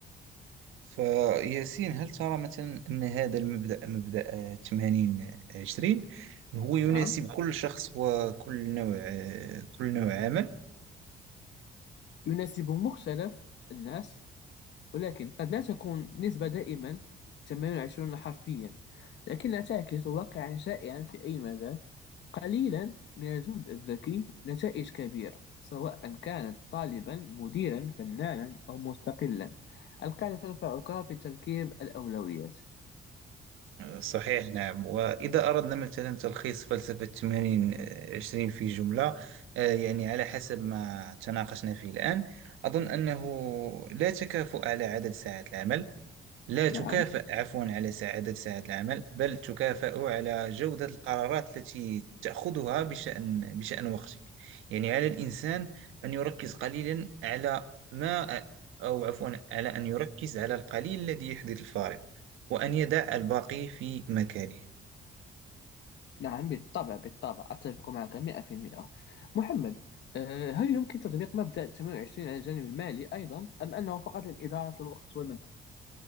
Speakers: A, on the right; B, on the left.
A: فياسين هل ترى مثلا أن هذا المبدأ مبدأ 80 20 هو يناسب
B: نعم
A: كل شخص وكل نوع كل نوع عمل
B: يناسب مختلف الناس ولكن قد لا تكون نسبة دائما 80 20 حرفيا لكنها تعكس واقعا شائعا في أي مجال قليلا من الجهد الذكي نتائج كبيرة سواء كانت طالبا مديرا فنانا أو مستقلا القاعدة تنفعك في تركيب الأولويات
A: صحيح نعم وإذا أردنا مثلا تلخيص فلسفة 80 20 في جملة آه، يعني على حسب ما تناقشنا فيه الآن أظن أنه لا تكافؤ على عدد ساعات العمل لا
B: نعم
A: تكافأ عفوا على ساعة- عدد ساعات العمل بل تكافأ على جودة القرارات التي تأخذها بشأن بشأن وقتك يعني على الإنسان أن يركز قليلا على ما أو عفوا على أن يركز على القليل الذي يحدث الفارق وأن يدع الباقي في مكانه
B: نعم بالطبع بالطبع أتفق معك 100% محمد آه، هل يمكن تطبيق مبدأ 28 على الجانب المالي أيضا أم أنه فقط للإدارة الوقت والمال؟